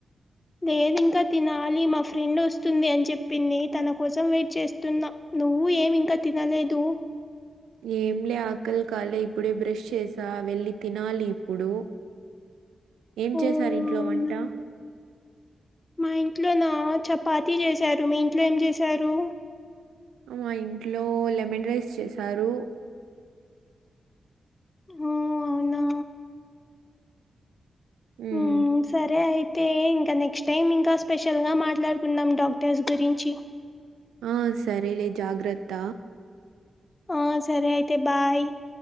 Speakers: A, on the left; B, on the right.
A: లేదింక తినాలి మా ఫ్రెండ్ వస్తుంది అని చెప్పింది తన కోసం వెయిట్ చేస్తున్నా నువ్ నువ్వు ఏమి ఇంక తినలేదు
B: ఏంలే ఆకలి కాలే ఇప్పుడే బ్రష్ చేసా వెళ్ళి తినాలి ఇప్పుడు ఏం
A: ఓ
B: చేశారు
A: అవునా
B: ఇంట్లో వంట?
A: మా ఇంట్లోల చెప్ పాతి చేసారు మీ ఇంట్లో ఏం చేసారు
B: మా ఇంట్లో లెమన్ రైస్ చేసారు
A: ఓ అవునా
B: హ్మ్.
A: ఉమ్ సరే అయిత్ అయితే ఇంకా నెక్స్ట్ టైమ్ ఇంకా స్పెషల్ గా మాట్లాడుకున్నాం డాక్టర్స్ గురించి
B: ఆ సరేలే జాగ్రత్త
A: ఆ సరే అయితే బాయ్